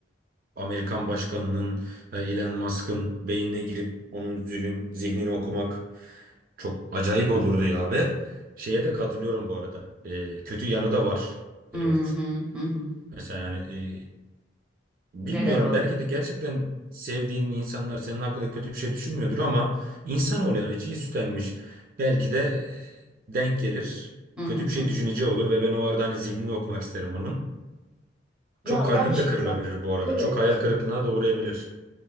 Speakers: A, on the right; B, in the centre.
A: e, Amerikan başkanının ve Elon Musk'ın beynine girip onun zihin, zihnini okumak çok acayip olurdu ya ve şeye de katılıyorum bu arada. E, kötü yanı da var.
B: hı
A: Evet.
B: hı, hı hı.
A: Mesela yani e, Bilmiyorum
B: Neler olabilir?
A: belki de gerçekten sevdiğin insanlar senin hakkında kötü bir şey düşünmüyordur ama insanoğlu
B: Hı
A: yani çiğ süt Belki de e, denk gelir.
B: hı,
A: Kötü bir şey
B: hı hı.
A: düşüneceği olur ve ben o arada hani zihnini okumak isterim onun.
B: Ya
A: Çok kalbim
B: gerçekten.
A: de kırılabilir bu arada.
B: Evet.
A: Çok hayal kırıklığına da uğrayabilir.